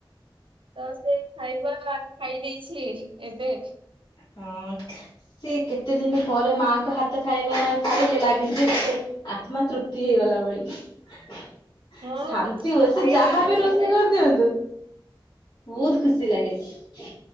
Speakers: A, on the right; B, on the left.
A: ତ ସେ ଖାଇବା ଖାଇ ଦେଇେଇଛି ଏବେ
B: ହଁ!
A: <unintelligible>
B: ସେ କେତେ ଦିନ ପରେ ମାଙ୍କ ହାତ ଖାଇବା ଖାଇଲେ ଲାଗିଛି ଗୋଟେ ଆତ୍ମା ତୃପ୍ତି ହେଇଗଲା। <unintelligible>
A: ହଁ
B: ଶାନ୍ତି ହୁଏ ସେ
A: ସେଇଟା
B: ଯାହାବିରୋଷେଇ
A: ମାନେ
B: କରିଦିଅନ୍ତୁ। ବହୁତ
A: ହଁ,
B: ଖୁସି ଲାଗେ